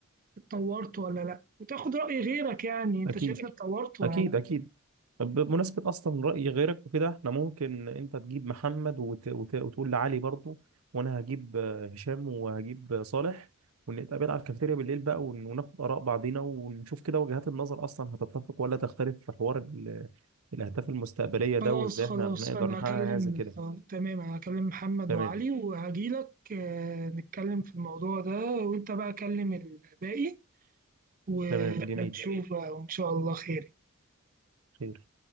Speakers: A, on the right; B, on the right.
A: اتطورت ولا لا وتاخد رأي غيرك يعني انت
B: اكيد
A: شايف إني اتطورت ولا
B: اكيد
A: لا
B: اكيد طب بمناسبة أصلا رأي غيرك وكده احنا ممكن أنت تجيب محمد وت... وت... وتقول لعلي برضو وأنا هجيب آه، هشام وهجيب آه، صالح ونتقابل على الكافيتيريا بالليل بقى ون... وناخد آراء بعضينا ونشوف كده وجهات النظر أصلا هتتفق ولا تختلف في حوار ال... الأهداف المستقبلية ده
A: خلاص
B: وإزاي
A: خلاص
B: احنا هنقدر
A: انا
B: نحقق
A: هكلم
B: حاجة زي كده
A: آه، تمام انا هكلم محمد
B: تمام
A: وعلي وهجيلك آه، نتكلم في الموضوع ده وانت بقى كلم الباقي ونشوف
B: تمام جميل
A: بقى وان شاء الله خير
B: خير